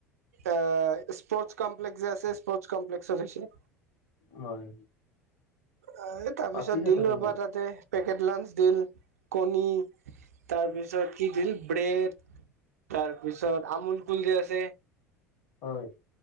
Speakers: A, on the right (about 70°); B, on the left (about 45°).
A: এ', স্পৰ্ট কম্প্লেক্স যে আছে স্পৰ্ট কম্প্লেক্সৰ হৈছে।
B: হয়'।
A: আ এ তাৰপিছত
B: পাতি থাকে
A: দিল
B: তোমাৰ
A: ৰবা তাতে। পেকেট লাঞ্চ দিল, কণী তাৰপিছত কি দিল ব্ৰেড তাৰ পিছত আমুল কুল যে আছে।
B: হয়'।